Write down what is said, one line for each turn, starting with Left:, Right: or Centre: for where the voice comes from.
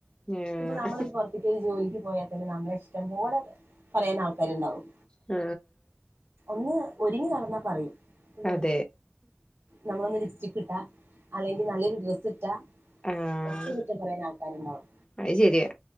Left: ആഹ്
Right: ഇപ്പൊ നമ്മളൊരു പുറത്തെക്കൊരു ജോലിക്ക് പോയാ പിന്നെ നമ്മളെ ഇഷ്ടം പോലെ പറയാനാൾക്കാരിണ്ടാവും
Left: ആ
Right: ഒന്ന് ഒരുങ്ങി നടന്നാ പറയും ഇല്ലേ
Left: അതെ
Right: നമ്മളൊന്ന് ലിപ്സ്റ്റിക്കിട്ടാ അല്ലെങ്കി നല്ലൊരു ഡ്രസ്സിറ്റാ
Left: ആഹ്
Right: ഒക്കെ കുറ്റം പറയാനാൾക്കാരുണ്ടാവും
Left: അത് ശരിയാ